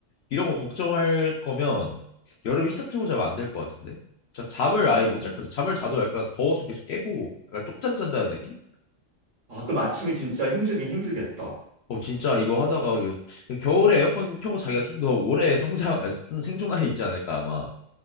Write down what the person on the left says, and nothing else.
이런 거 걱정할 거면 여름에 히터 틀고 자면 안 될 것 같은데. 진짜 잠을 아예 못
잘 것 같아. 잠을 자도 약간 더워서 계속 깨고 약간 쪽잠 잔다는 느낌?
어 진짜 이거 하다가 이거 겨울에 에어컨 켜고 자기가 좀 더 오래 성장, 아니, 좀 생존하에 있지 않을까 아마.